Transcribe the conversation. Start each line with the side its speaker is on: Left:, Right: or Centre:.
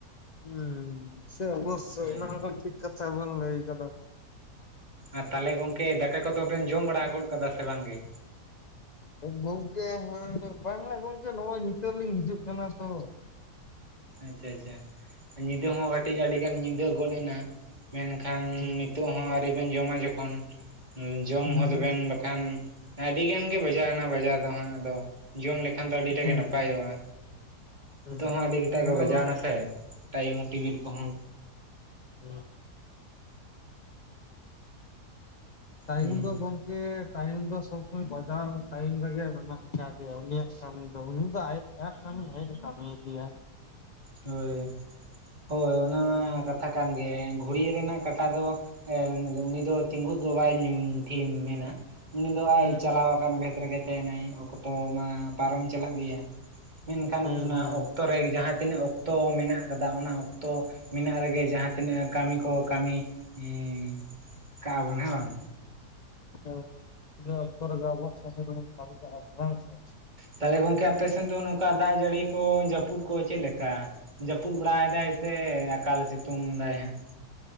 Left: ᱦᱮᱸ ᱥᱮ ᱚᱵᱚᱥᱥᱳᱭ
Right: ᱦᱳᱭ
Left: ᱚᱱᱟ ᱦᱚᱸ ᱴᱷᱤᱠ ᱠᱟᱛᱷᱟ ᱵᱚᱱ ᱞᱟᱹᱭ ᱠᱟᱫᱟ ᱾
Right: ᱟᱨ ᱛᱟᱦᱚᱞᱮ ᱜᱚᱝᱠᱮ ᱫᱟᱠᱟ ᱠᱚᱫᱚᱵᱮᱱ ᱡᱚᱢ ᱵᱟᱲᱟ ᱜᱚᱫ ᱠᱟᱫᱟ ᱥᱮ ᱵᱟᱝᱜᱮ?
Left: ᱜᱚᱝᱠᱮ ᱦᱮᱸ ᱵᱟᱝ ᱜᱚᱝᱠᱮ ᱱᱚᱜᱼᱚᱭ ᱱᱤᱛᱚᱜ ᱞᱤᱧ ᱦᱤᱡᱩᱜ ᱠᱟᱱᱟ ᱛᱚ ᱾
Right: ᱟᱪᱪᱷᱟ ᱟᱪᱪᱷᱟ ᱧᱤᱫᱟᱹ ᱦᱚᱸ ᱠᱟᱹᱴᱤᱡ ᱟᱹᱰᱤᱜᱟᱱ ᱧᱤᱫᱟᱹ ᱜᱚᱫ ᱮᱱᱟ᱾ ᱢᱮᱱᱠᱷᱟᱱ
Left: ᱦᱩᱸ
Right: ᱱᱤᱛᱚᱜ ᱦᱚᱸ ᱟᱹᱣᱨᱤ ᱵᱮᱱ ᱡᱚᱢᱟ ᱡᱚᱠᱷᱚᱱ ᱡᱚᱢ
Left: ᱦᱩᱸ
Right: ᱦᱚᱛᱵᱮᱱ ᱵᱟᱠᱷᱟᱱ ᱟᱹᱰᱤᱜᱟᱱ ᱜᱮ ᱵᱟᱡᱟᱣᱱᱟ ᱵᱟᱡᱟ ᱫᱚ ᱦᱟᱸᱜ ᱟᱫᱚ, ᱡᱚᱢ ᱞᱮᱠᱷᱟᱱ ᱫᱚ ᱟᱰᱤᱴᱟᱜ
Left: ᱦᱩᱸ
Right: ᱜᱮ ᱱᱟᱯᱟᱭᱚᱜᱼᱟ
Left: ᱦᱩᱸ
Right: ᱱᱤᱛᱚᱜ ᱦᱚᱸ ᱟᱹᱰᱤ ᱮᱴᱟᱜ ᱜᱮ
Left: ᱚᱱᱟ
Right: ᱵᱟᱡᱟᱣᱱᱟ ᱥᱮ ᱴᱟᱭᱤᱢ ᱴᱮᱵᱤᱞ ᱠᱚᱦᱚᱸ,
Left: <inaudible> ᱴᱟᱭᱤᱢ
Right: ᱦᱩᱸ
Left: ᱫᱚ ᱜᱚᱝᱠᱮ ᱴᱟᱭᱤᱢ ᱫᱚ ᱥᱚᱵᱽ ᱥᱚᱢᱚᱭ ᱵᱟᱡᱟᱣ ᱴᱟᱭᱤᱢ ᱨᱮᱜᱮ ᱢᱮᱱᱟᱜ ᱟᱠᱟ ᱟᱠᱟᱜᱮ ᱩᱱᱤᱭᱟᱜ ᱠᱟᱹᱢᱤ ᱫᱚ ᱩᱱᱤ ᱫᱚ ᱟᱡ ᱟᱭᱟᱜ ᱠᱟᱹᱢᱤ ᱟᱡᱽ ᱮ ᱠᱟᱹᱢᱤ ᱤᱫᱤᱭᱟᱭ᱾
Right: ᱦᱳᱭ᱾ ᱦᱳᱭ ᱚᱱᱟ ᱢᱟ ᱠᱟᱛᱷᱟ ᱠᱟᱱ ᱜᱮ ᱜᱷᱩᱲᱤ ᱨᱮᱱᱟᱜ ᱠᱟᱴᱟ ᱫᱚ ᱮ ᱩᱱᱤ ᱫᱚ ᱛᱤᱸᱜᱩᱜ ᱫᱚ ᱵᱟᱭ ᱛᱷᱤᱢ ᱢᱮᱱᱟ᱾ ᱩᱱᱤ ᱫᱚ
Left: ᱦᱩᱸ
Right: ᱟᱭ ᱪᱟᱞᱟᱣ ᱟᱠᱟᱱ ᱵᱷᱮᱫ ᱨᱮᱜᱮ ᱛᱮᱦᱮᱱᱟᱭ ᱚᱠᱛᱚ ᱢᱟ ᱯᱟᱨᱚᱢ ᱪᱟᱞᱟᱜ ᱜᱮᱭᱟ᱾ ᱢᱮᱱᱠᱷᱟᱱ
Left: ᱦᱩᱸ ᱦᱩᱸ
Right: ᱚᱱᱟ
Left: ᱦᱮᱸ
Right: ᱚᱠᱛᱚ ᱨᱮ ᱡᱟᱦᱟᱸ ᱛᱤᱱᱟᱹᱜ ᱚᱠ ᱛᱚ ᱢᱮᱱᱟᱜ ᱠᱟᱫᱟ ᱚᱱᱟ ᱚᱠᱛᱚ ᱢᱮᱱᱟᱜ ᱨᱮᱜᱮ ᱡᱟᱦᱟᱸ ᱛᱤᱱᱟᱹᱜ ᱠᱟᱹᱢᱤ ᱠᱚ ᱠᱟᱹᱢᱤ ᱦᱩᱸ ᱠᱟᱜᱼᱟ ᱵᱚᱱ ᱦᱮᱸ ᱵᱟᱝ᱾
Left: ᱟᱫᱚ ᱤᱱᱟᱹ ᱚᱠᱛᱚ ᱨᱮᱜᱮ ᱟᱵᱚᱣᱟᱜ ᱠᱟᱹᱢᱤ ᱫᱚᱵᱚᱱ ᱠᱟᱹᱢᱤ ᱠᱟᱜᱼᱟ ᱵᱟᱝ ᱥᱮ᱾
Right: ᱛᱟᱦᱞᱮ ᱜᱚᱝᱠᱮ ᱟᱯᱮ ᱥᱮᱱ ᱫᱚ ᱱᱚᱝᱠᱟ ᱫᱟᱜ ᱡᱟᱹᱲᱤ ᱠᱚ ᱡᱟᱹᱯᱩᱫ ᱠᱚ ᱪᱮᱫ ᱞᱮᱠᱟ? ᱡᱟᱹᱯᱩᱫ ᱵᱟᱲᱟᱭᱫᱟᱭ ᱥᱮ ᱟᱠᱟᱞ ᱥᱤᱛᱩᱝ ᱫᱟᱭ ᱦᱟᱸᱜ?